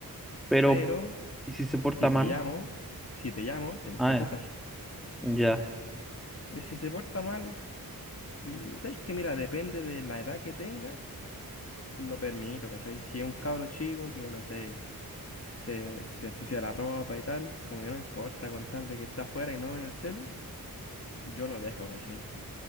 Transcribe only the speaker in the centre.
Pero,
¿y si se porta
mal?
Ah,
ya.